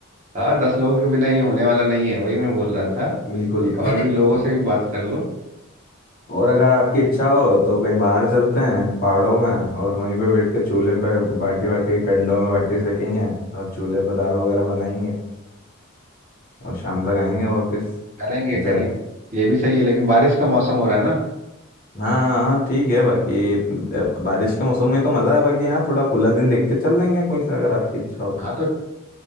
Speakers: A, on the right; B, on the left.
A: हाँ दस लोगों के बिना ये होने वाला नहीं है वही मैं बोल
B: बिल-
A: रहा था कि
B: बिल्कुल
A: और
B: <coughs>
A: भी लोगों
B: औ-
A: से भी बात कर लो
B: और अगर आपकी इच्छा हो तो कहीं बाहर चलते हैं पहाड़ों में और वहीं पे बैठ के चूल्हे पे बाटी वाटी कंडों में बाटी सेकेंगे और चूल्हे पे दाल वगैरह बनाएंगे और शाम तक आएंगे वापस
A: करेंगे करेंगे
B: जर
A: ये भी सही है लेकिन बारिश का मौसम हो रहा है ना
B: हाँ हाँ ठीक है बाकी अब बारिश के मौसम में तो मज़ा है बाकी यहाँ थोड़ा खुला दिन देख के चल लेंगे कोई सा अगर आपकी इच्छा हो
A: हाँ
B: तो
A: तो